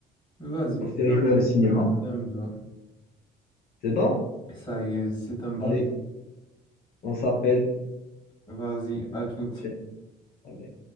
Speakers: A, on the left; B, on the left.
A: Vas-y,
B: on se dirige
A: ça
B: vers
A: me
B: le
A: va,
B: cinéma.
A: ça me va.
B: C'est bon?
A: Ça y est, c'est un bon
B: Allez,
A: plan.
B: on s'appelle
A: Vas-y, à toutes.
B: prochaine. Allez.